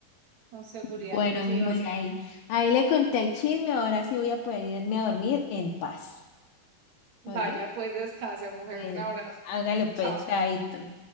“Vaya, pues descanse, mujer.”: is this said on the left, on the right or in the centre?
Right